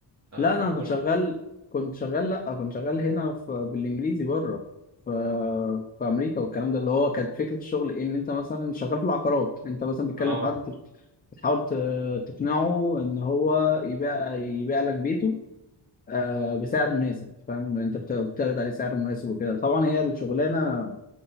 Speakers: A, on the left; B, on the right.
A: لا
B: كولد
A: انا
B: كولينج
A: كنت شغال كنت شغال لا كنت شغال هنا في بالانجليزي بره في في امريكا والكلام ده اللي هو كانت فكره الشغل إيه؟ ان انت مثلا شغال في العقارات انت مثلا بتكلم
B: اه
A: حد بت- بتحاول ت- تقنعه ان هو يبيع يبيع لك بيته آه، بسعر مناسب فاهم انت بت- بتعرض عليه سعر مناسب وكده طبعا هي الشغلانه